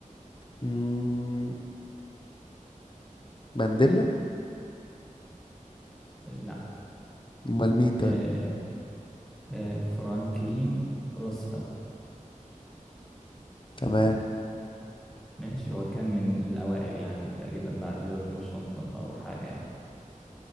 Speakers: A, on the left (about 35°); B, in the centre.
A: مم، مانديلا
B: لا
A: امال مين طيب
B: آه، آه، فرانكلين روزفلت
A: تمام
B: ماشي هو كان من الأوائل يعني تقريبا بعد جورج واشنطن أو حاجة يعني